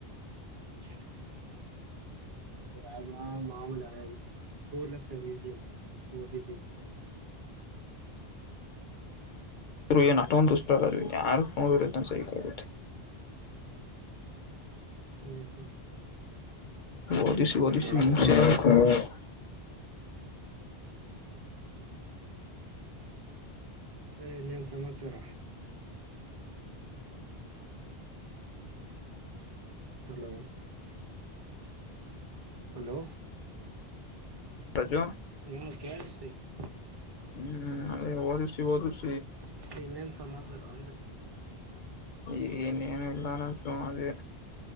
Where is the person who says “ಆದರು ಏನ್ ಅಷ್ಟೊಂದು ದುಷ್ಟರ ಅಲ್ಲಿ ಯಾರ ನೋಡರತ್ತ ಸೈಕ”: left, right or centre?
Left